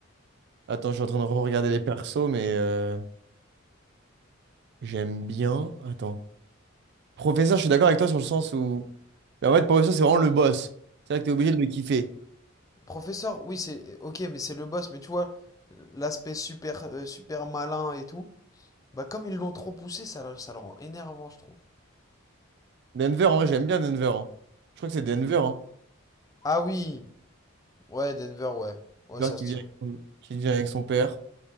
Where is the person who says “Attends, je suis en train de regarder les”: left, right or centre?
Right